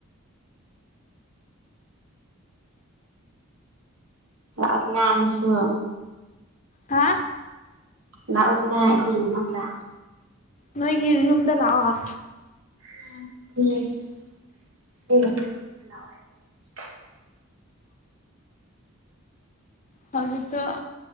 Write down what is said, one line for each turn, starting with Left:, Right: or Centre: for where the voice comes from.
Right: ꯑꯅ ꯑ ꯑꯃꯁꯁꯨ
Left: ꯍꯥ
Right: ꯂꯥꯛꯑꯣꯗꯅ ꯑꯩꯈꯣꯏ ꯌꯨꯝꯐꯝꯗ꯫
Left: ꯅꯣꯏꯒꯤ ꯌꯨꯝꯗ ꯂꯥꯛꯑꯣ꯫
Right: ꯍꯝ꯫
Left: ꯍꯧꯖꯤꯛꯇꯣ